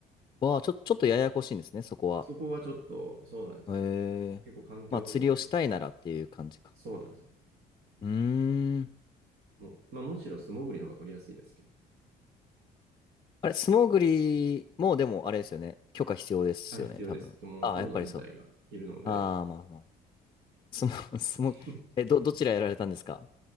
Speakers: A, on the left; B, on the right.
A: わあ、ちょ、ちょっとややこしいんですね、そこは。
B: そこはちょっと、そうなんですよ。
A: へえ。
B: 結構環境保護、
A: まあ、釣りをしたいならっていう感じか。
B: そうなんですよ。
A: うーん。
B: もう、まあ、むしろ素潜りの方が取りやすいですけど、ね、
A: あれ、素潜りも、でも、あれですよね。許可必要ですよね、
B: はい、必要です。
A: 多分。
B: もう取るの自体がいるので、
A: ああ、やっぱりそう。ああ、まあまあ。素潜、<laughs> 素潜、
B: <laughs>
A: え、ど、どちらやられたんですか